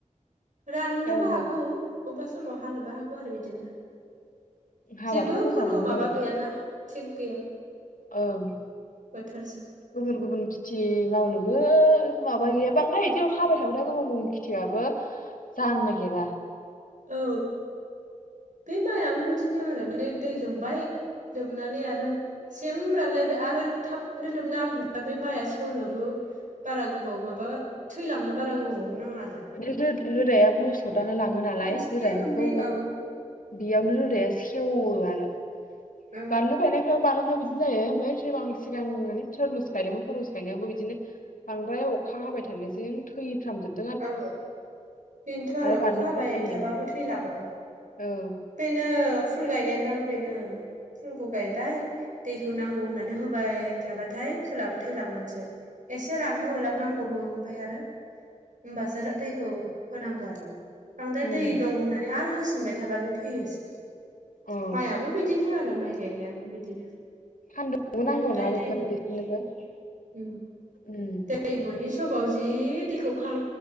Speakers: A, on the right; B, on the left.
A: राननोबो
B: ओं
A: हागौ अबेबा समाव हानोबो हागौ आरो बिदिनो।
B: हाबाथ'
A: जेबो
B: मोजाङानोमोन
A: खुनु माबा गैयाना थिक गैया।
B: ओं।
A: बोथोरजों
B: गुबुन गुबुन खेथि मावनोबो माबा गैया बांद्राय बिदि खाबाय थाबाय दा गुबुन गुबुन खेथियाबबो जानो नागिरा।
A: औ बे माइआबो बिदिनो आरो माने दै लोंबाय लोमनानै आरो सेम रानलायबाय आरो थाबनो लोबना होफिनबा बे माइआ सेवनोबो बारा गोबाव माबा थैलांनो बारा गोबाव माबा नाङा
B: <inaudible>
A: आरो
B: रोदाया बोसर <unintelligible> लाङो नालाय
A: मोनसे
B: रोदाखौ
A: मोननै औ
B: बेयावनो रोदाया सेवो आरो
A: औ
B: बानलु गायनायफोराव बानलुफ्राबो बिदि जायो ओमफ्राय <unintelligible> थरमुस गायदोंमोन थरमुस गायनायावबो बिदिनो बांद्राय अखा हाबाय था थानायजों थैफ्रामजोबदों
A: औ बेनोथ' आरो
B: बानलुफ्राबो
A: अखा हाबाय
B: नै
A: थाबाबो थैलाङो।
B: औ
A: बेनो फुल गायनाया <unintelligible> फुलखौ गायबाय दै खौ नांगौ होननानै होबाय थाबाथाय फुलाबो थैलांगोनसो एसे रानहो होलांनांगौबो ओमफाय आरो होमबासो दैखौ होनांगौ आरो। बांद्राय
B: उम
A: दै दं होननानै आरो होस <unintelligible> <unintelligible>
B: औ
A: माइयाबो बिदिनो आरो माइ गायनायाबो बिदिनो
B: सान्दुंबो
A: बांद्राय
B: नांगौना बेफोरनो
A: दैमोन
B: बिसोरनोबो उम
A: दै मोनि समाव जि दैखौ खां